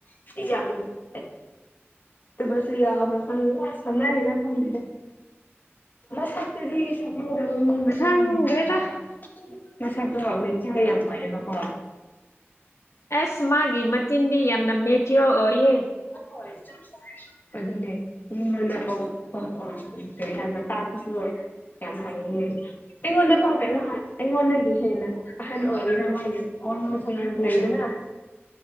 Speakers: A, on the left; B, on the left.
A: <unintelligible> ꯑꯗꯨꯕꯁꯨ ꯌꯥꯕꯔꯥ ꯈꯪ ꯁꯥꯟꯅꯔꯤꯔ ꯈꯪꯗꯦ ꯃꯁꯛꯇꯨꯗꯤ ꯁꯥꯟꯅꯒꯗꯕ ꯃꯤꯃꯁꯛ
B: ꯈꯪꯗ꯭ꯔꯦꯗ
A: <unintelligible> ꯉꯁꯥꯢꯀꯣ ꯋꯦꯇꯤꯡꯒ ꯌꯥꯝ ꯑꯣꯢꯌꯦꯕꯀꯣ
B: ꯑꯁ ꯃꯥꯒꯤ ꯃꯆꯤꯟꯗꯤ ꯌꯥꯝꯅ ꯃꯦꯆꯤꯌꯣꯔ ꯑꯣꯏꯌꯦ
A: ꯍꯣꯏ ꯑꯗꯨꯅꯦ ꯃꯤꯉꯣꯟꯗ ꯀꯧ ꯀꯧꯔꯁꯨ ꯀꯔꯤ ꯍꯥꯢꯕ ꯇꯥꯛꯄꯁꯨ ꯌꯥꯝ ꯍꯩꯌꯦ ꯑꯩꯉꯣꯟꯗꯕꯨ <unintelligible> ꯑꯩꯉꯣꯟꯗꯒꯤ ꯍꯦꯟꯅ ꯑꯍꯟ ꯑꯣꯏꯔꯦꯗ ꯃꯥꯒꯤ ꯅꯣꯔꯃꯦꯜ ꯑ ꯂꯩꯩꯗꯅ